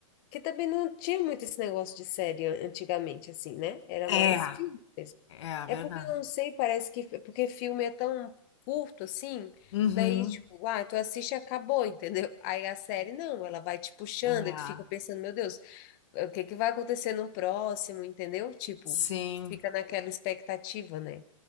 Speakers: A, on the left; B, on the left.
A: Que também não tinha muito esse negócio de série an- antigamente, assim, né? Era
B: É,
A: mais filme mesmo.
B: é verdade.
A: É porque eu não sei, parece que. é Porque filme é tão curto assim.
B: Uhum.
A: Daí, tipo, ah, tu assiste e acabou, <laughs> entendeu? Aí a série, não, ela vai te puxando
B: É,
A: e tu fica pensando, meu Deus, o que que vai acontecer no próximo, entendeu? Tipo,
B: sim.
A: tu fica naquela expectativa, né?